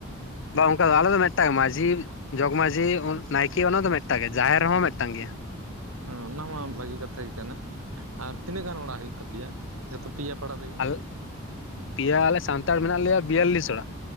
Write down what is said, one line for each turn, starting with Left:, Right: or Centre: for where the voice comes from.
Left: ᱵᱟᱝ ᱚᱝᱠᱟ ᱫᱚ ᱟᱞᱮ ᱫᱚ ᱢᱤᱫᱴᱟᱝ ᱢᱟᱺᱡᱷᱤ ᱡᱚᱜᱽᱢᱟᱺᱡᱷᱤ ᱩᱢ ᱱᱟᱭᱠᱮ ᱚᱱᱟ ᱫᱚ ᱢᱤᱜᱴᱟᱝ ᱜᱮ ᱡᱟᱦᱮᱨ ᱦᱚᱸ ᱢᱤᱜᱴᱟᱝ ᱜᱮᱭᱟ᱾
Right: ᱦᱚᱸ ᱚᱱᱟ ᱦᱚᱸ ᱵᱷᱟᱹᱜᱤ ᱠᱟᱛᱷᱟ ᱜᱮ ᱠᱟᱱᱟ᱾ ᱟᱨ ᱛᱤᱱᱟᱹᱜ ᱜᱟᱱ ᱚᱲᱟᱜ ᱦᱩᱭᱩᱜ ᱛᱟᱯᱮᱭᱟ? ᱡᱚᱛᱚ ᱯᱮᱭᱟ ᱯᱟᱲᱟ ᱨᱮ
Left: ᱟᱹᱜ ᱯᱮᱭᱟ ᱟᱞᱮ ᱥᱟᱱᱛᱟᱲ ᱢᱮᱱᱟᱜ ᱞᱮᱭᱟ ᱵᱤᱭᱟᱞᱞᱤᱥ ᱚᱲᱟᱜ᱾